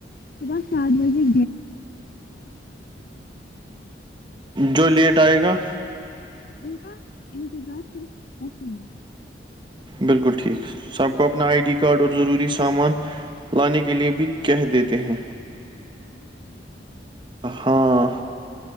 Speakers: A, on the left; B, on the right.
A: <unintelligible> صبح سات بجے
B: جو لیٹ آئے گا
A: <unintelligible>
B: بالکل ٹھیک سب کو اپنا آئی ڈی کارڈ اور ضروری سامان لانے کے لیے بھی کہہ دیتے ہیں ہاں